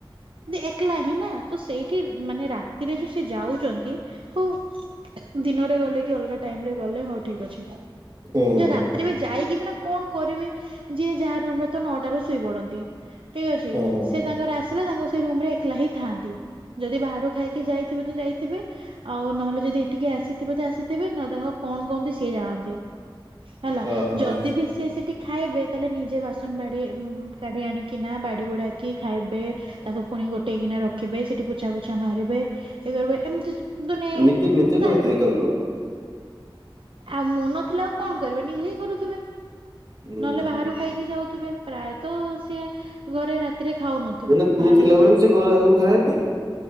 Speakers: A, on the right; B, on the right.
A: ଏକଲା ହିଁ ନା ତ ସେଇଠି ମାନେ ରା ରାତିରେ ଯୋଉ ସେ ଯାଉଛନ୍ତି, ହଉ ଦିନରେ ଗଲେ କି ଅଲଗା ଟାଇମରେ ଗଲେ ହଉ ଠିକ ଅଛି।
B: ହୁଁ ହଁ
A: ଯୋଉ
B: ହଁ
A: ରାତିରେ ବି ଯାଇକି ବି ନା କଣ କରିବେ? ଯିଏ ଯାହା ରୁମରେ ତ ନଅଟାରୁ ଶୋଇ ପଡନ୍ତି ।ଠିକ ଅଛି
B: ହଁ ହଁ
A: ସେ ତାଙ୍କର ଆ ସେ ରୁମ ରେ ଏକଲା ହିଁ ଥାନ୍ତି। ଯଦି ବାହାରୁ ଖାଇକି ଯାଇଥିବେ ତ ଯାଇଥିବେ। ଆଉ ନହେଲେ ଯଦି ଏଠିକି ଆସିଥିବେ ତ ଆସିଥିବେ ନ ତାଙ୍କ କଣ କହନ୍ତି ସିଏ ଜାଣନ୍ତି ହେଲା ।
B: ଓହୋ
A: ଯଦି ବି ସିଏ ସେଠି ଖାଇବେ ତାହେଲେ ନିଜେ ବାସନ ବାଡି କାଢି ଆଣିକି ନା ବାଡି ବୁଡାକି ଖାଇବେ। ତାକୁ ଗୋଟେଇ କିନା ରଖିବେ, ସେଠି ପୋଛା ପୋଛା ମାରିବେ ଇ କର ଏମତି ସୁତୁ ଦିନେ
B: ନିଜେ ନିଜେ
A: କା
B: କରିଦିଏ କାଲି ଲୋ
A: ଆଉ ମୁଁ ନଥିଲା ଆଉ କଣ କରିବ, ନିଜେ ହିଁ କରୁଥିବେ।
B: ହୁଁ
A: ନହେଲେ ବାହାରୁ
B: ହୁଁ
A: ଖାଇକି ଯାଉଥିବେ। ପ୍ରାୟତଃ ସିଏ ଘରେ ରାତି ରାତିରେ ଖାଉ ନଥିବେ
B: ମାନେ ତୁ
A: ବାହାରେ
B: ଥିଲାବେଳେ
A: ଯା।
B: ବି ସେ ଘରେ ଆଗରୁ ଖାଏନି